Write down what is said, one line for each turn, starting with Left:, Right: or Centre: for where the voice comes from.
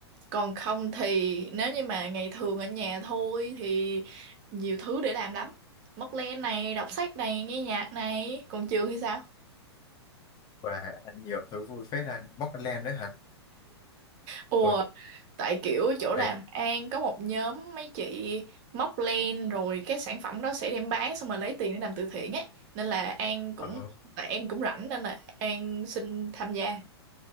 Right: còn không thì nếu như mà ngày thường ở nhà thôi thì nhiều thứ để làm lắm móc len này đọc sách này nghe nhạc này còn trường thì sao
Left: Và anh nhiều thứ vui phết ha. Bóc anh lem nữa hả?
Right: ồ
Left: Ôi,
Right: tại kiểu chỗ làm
Left: ê,
Right: An có một nhóm mấy chị móc len rồi cái sản phẩm đó sẽ đem bán xong rồi lấy tiền để làm từ thiện ấy nên là An cũng
Left: ồ,
Right: tại An cũng rảnh nên là An xin tham gia